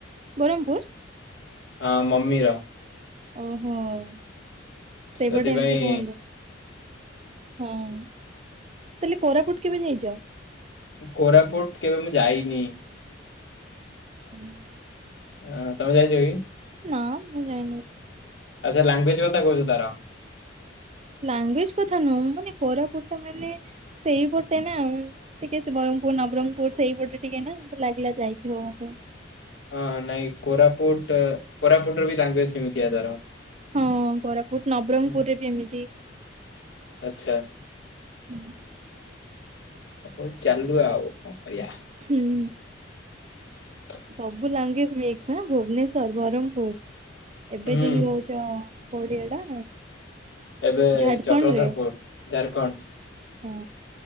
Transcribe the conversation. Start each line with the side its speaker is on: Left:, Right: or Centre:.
Right: ବ୍ରହ୍ମପୁର?
Left: ହଁ ମମି ର
Right: ଓ ହୋ । ସେଇପଟେ
Left: ସେଥିପାଇଁ
Right: ଏମତି କୁହନ୍ତି ହଁ। ତାହେଲେ କୋରାପୁଟ କେବେ ନେଉଛ?
Left: କୋରାପୁଟ କେବେ ମୁଁ ଯାଇନି।
Right: ହୁଁ <inaudible>
Left: ହ ତମେ ଯାଇଛ କି?
Right: ନା ମୁଁ ଯାଇନି।
Left: ଆଚ୍ଛା, ଲାଙ୍ଗୁଏଜ କଥା କହୁଛ ତାର।
Right: ଲାଙ୍ଗୁଏଜ କଥା ନୁହଁ, ମାନେ କୋରାପୁଟ ଟା ମାନେ ସେଇପଟେ ନା ଟିକେ ସେ ବ୍ରହ୍ମପୁର, ନବରଙ୍ଗପୁର ସେଇପଟେ ଟିକେ ନା ମତେ ଲାଗିଲା ଯାଇଥିବ ବୋଧେ।
Left: ହଁ ନାଇଁ କୋରାପୁଟ, କୋରାପୁଟ ର ବି ଲାଙ୍ଗୁଏଜ ସେମିତି ତାର।
Right: ହଁ, କୋରାପୁଟ ନବରଙ୍ଗପୁରରେ
Left: ହୁଁ,
Right: ବି ଏମିତି।
Left: ଆଚ୍ଛା ।
Right: ହୁଁ ।
Left: ହଉ ଚାଲୁ ଆଉ କଣ କରିବା।
Right: ହୁଁ
Left: <inaudible>
Right: ସବୁ ଲାଙ୍ଗୁଏଜ ମିକ୍ସ, ଭୁବନେଶ୍ଵର, ବ୍ରହ୍ମପୁର। ଏବେ
Left: ହୁଁ
Right: ଯାଇକି ରହୁଛ କଉଠି ଏଟା?
Left: ଏବେ
Right: ଝାଡ଼ଖଣ୍ଡରେ?
Left: ଚକ୍ରଧରପୁର, ଝାରଖଣ୍ଡ।
Right: ହଁ।